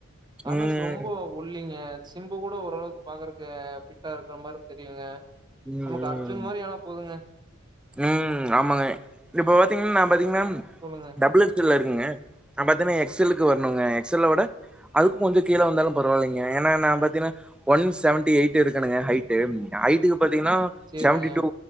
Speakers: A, on the right (about 20°); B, in the centre.
A: தனுஷ்
B: ம்.
A: ரொம்போ ஒல்லிங்க சிம்பு குட ஓரளவுக்கு பாக்குறக்கு ஃபிட்டா இருக்கற மாரி தெரியுங்க
B: ம்,
A: நமக்கு அர்ஜுன்
B: ம்.
A: மாரி ஆனா போதுங்க
B: ம் ஆமாங்க இப்போ பாத்தீங்கன்னா நான் பாத்தீங்கன்னா
A: சொல்லுங்க
B: டபுள் எக்ஸ் எல்ல இருக்குங்க நா பாத்தீன்னா எக்ஸ் எல்லுக்கு வருனுங்க எக்ஸ் எல்ல விட அதுக்கு கொஞ்ச கீழே வந்தாலும் பரவாயில்லைங்க ஏன்னா நா பாத்தீங்கன்னா ஒன் சவன்டி எயிட் இருக்கனுங்க ஹயிட்டு ஹயிட்டுக்கு பாத்தீங்கன்னா
A: சேரிங்க
B: சவன்டி டூ